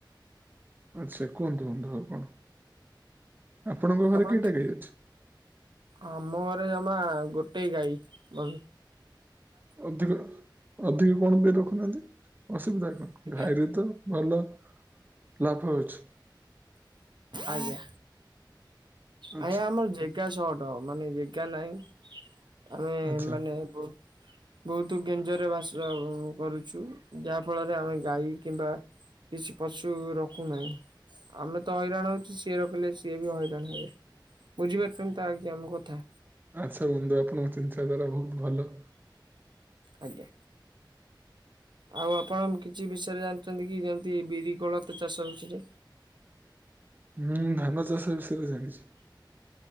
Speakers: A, on the right (about 25°); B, on the right (about 70°).
A: ଆଚ୍ଛା କୁହନ୍ତୁ ବନ୍ଧୁ ଆଉ କଣ ଆପଣଙ୍କ
B: ଆପଣ
A: ଘରେ କେଇଟା ଗାଈ ଅଛି?
B: ଆମ ଘରେ ଜମା ଗୋଟେ ଗାଈ ମ
A: ଅଧିକ ଅଧିକ କଣ ପାଇଁ ରଖୁନାହାନ୍ତି ଅସୁବିଧା କଣ?
B: ଆଜ୍ଞା
A: ଘାଇରୁ ତ ଭଲ ଲାଭ ଲାଭ ହୋଉଛି।
B: ଆଜ୍ଞା
A: ଆଚ୍ଛା।
B: ଆଜ୍ଞା ଆମର ଯେ ଜା ଶହଟ ମାନେ ଯେଗା ନାହିଁ ଆମେ
A: ଆଚ୍ଛା
B: ମାନେ ବହୁ ବହୁତ ଗେଞ୍ଜରେ ବାସ କରୁଛୁ। ଯାହା ଫଳରେ ଆମେ ଗାଈ କିମ୍ବା କିଛି ପଶୁ ରଖୁନାହିଁ। ଆମେ ତ ହଇରାଣ ହୋଉଛୁ। ସିଏ ରଖିଲେ ସିଏ ବି ହଇରାଣ ହେବେ। ବୁଝିପାରୁଛନ୍ତି ତ ଆଜ୍ଞା ମୋ କଥା।
A: ଆଚ୍ଛା ବନ୍ଧୁ ଆପଣଙ୍କ ଚିନ୍ତାଧାରା ବହୁତ ଭଲ।
B: ଆଜ୍ଞା। ଆଉ ଆପଣ କିଛି ବିଷୟରେ ଜାଣିଛନ୍ତି କି ଯେମତି ବିରି କୋଳଥ ଚାଷ ବିଷୟରେ?
A: ହୁଁ ଧାନ ଚାଷ ବିଷୟରେ ଜାଣିଛି।